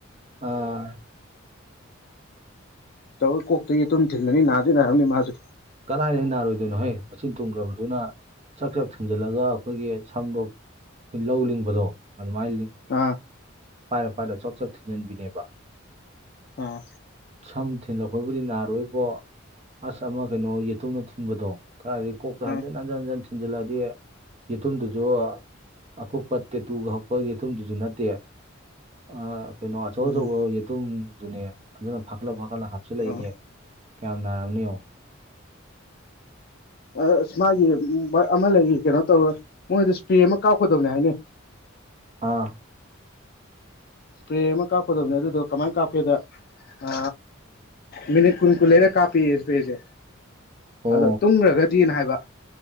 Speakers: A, on the right; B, on the left.
A: ꯑꯥ
B: ꯇꯧꯕꯨꯗꯤ ꯀꯣꯛꯇ ꯌꯦꯇꯨꯝ ꯊꯤꯟꯕꯅꯤ ꯅꯥꯗꯤ ꯅꯥꯔꯝꯅꯤ ꯃꯥꯁꯨ
A: ꯀꯗꯥꯏꯗꯩ ꯅꯥꯔꯣꯏꯗꯣꯏꯅꯣ ꯍꯦ ꯃꯆꯤꯟ ꯊꯨꯡꯒ꯭ꯔꯕꯗꯨꯅ ꯆꯥꯛ ꯆꯥꯛ ꯊꯤꯡꯖꯤꯜꯂꯒ ꯑꯩꯈꯣꯏꯒꯤ ꯁꯝꯗꯣ ꯑꯩꯈꯣꯏ ꯂꯧ ꯂꯤꯡꯕꯗꯣ ꯑꯗꯨꯃꯥꯏꯅ ꯂꯤꯡ
B: ꯑꯥ
A: ꯄꯥꯏꯔ ꯄꯥꯏꯔ ꯆꯣꯛ ꯆꯣꯠ ꯊꯤꯟꯖꯤꯟꯕꯤꯅꯦꯕ
B: ꯑꯥ
A: ꯁꯝ ꯊꯤꯂꯛꯄꯩꯕꯨꯗꯤ ꯅꯥꯔꯣꯏꯕꯣ ꯑꯁ ꯑꯃ ꯀꯩꯅꯣ ꯌꯦꯇꯨꯝꯅ ꯊꯤꯟꯕꯗꯣ ꯀꯥꯏꯗꯩ ꯀꯣꯛꯇ ꯍꯟꯖꯤꯟ
B: ꯑꯥ
A: ꯍꯟ ꯍꯟꯖꯟ ꯍꯟꯖꯟ ꯊꯤꯟꯖꯤꯜꯂꯛꯑꯗꯤ ꯌꯦꯇꯨꯝꯗꯨꯁꯨ ꯑꯀꯨꯞꯄ ꯇꯦꯇꯨꯒ ꯍꯛꯄ ꯍꯦꯇꯨꯝꯗꯨꯖꯨ ꯅꯠꯇꯦ ꯑ ꯀꯩꯅꯣ ꯑꯆꯧ
B: ꯎꯝ
A: ꯑꯆꯧꯕ ꯌꯦꯇꯨꯝꯗꯨꯅꯦ ꯑꯗꯨꯅ ꯐꯥꯒꯠꯂ ꯐꯒꯠꯂ ꯍꯥ ꯁꯤ ꯂꯩꯅꯦ
B: ꯑꯥ
A: ꯀꯌꯥꯝ ꯅꯥꯔꯝꯅꯤꯌꯦꯡꯉꯣ
B: ꯑꯥ ꯑꯁ ꯃꯥꯒꯤ ꯑꯃ ꯂꯩꯔꯤ ꯀꯩꯅꯣ ꯇꯧꯔꯒ ꯃꯣꯏꯗꯣ ꯏꯁꯄ꯭ꯔꯦ ꯑꯃ ꯀꯥꯞꯀꯗꯕꯅꯤ ꯍꯥꯏꯅꯦ
A: ꯑꯥ
B: ꯏꯁꯄ꯭ꯔꯦ ꯑꯃ ꯀꯥꯞꯀꯗꯕꯅꯦ ꯑꯗꯨꯗꯣ ꯀꯃꯥꯏꯅ ꯀꯥꯞꯀꯦꯗ ꯑ ꯃꯤꯅꯤꯠ ꯀꯨꯟ ꯀꯨꯟ ꯂꯩꯔ ꯀꯥꯞꯄꯤꯌꯦ ꯏꯁꯄ꯭ꯔꯦꯁꯦ
A: ꯑꯣ
B: ꯑꯗꯣ ꯇꯨꯝꯈ꯭ꯔꯒꯗꯤꯅ ꯍꯥꯏꯕ